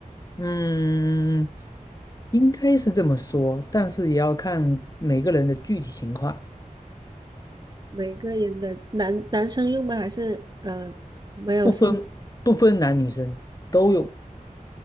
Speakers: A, on the left; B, on the right.
A: 嗯，应该是这么说，但是也要看每个人的具体情况，
B: 每个人的男男生用吗？还是呃没有性
A: 不分不分男女生都用，